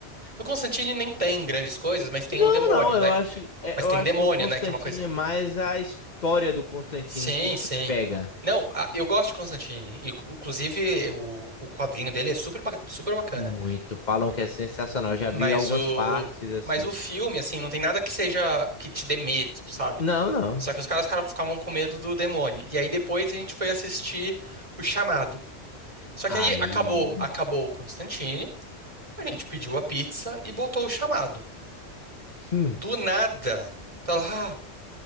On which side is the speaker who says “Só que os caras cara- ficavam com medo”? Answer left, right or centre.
Right